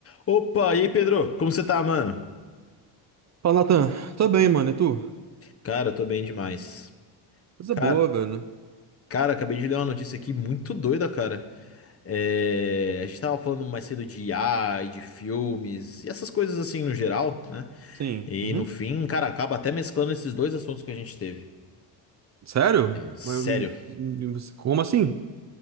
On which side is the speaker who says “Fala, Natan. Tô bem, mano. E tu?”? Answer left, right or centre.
Right